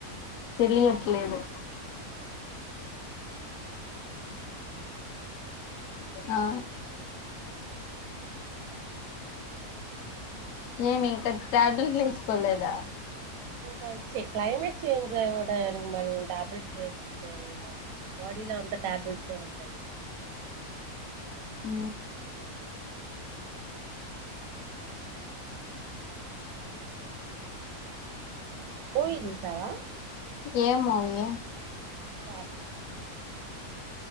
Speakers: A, on the left; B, on the right.
A: తెలియట్లేదు. ఆ ఏమి ఇంకా టాబ్లెట్లు వేసుకోలేదా
B: ఇంకా చే క్లైమేట్ చేేంజవుడే ఉ మనం టాబ్లెట్స్ వేసుకుంటే ఇంకా బాడీ లో అంత టాబ్లెట్స్ ఏ ఉంటాయింకా
A: ఊ
B: మూవీ చూసావా
A: ఏం మూవీ
B: ఇస్పాచ్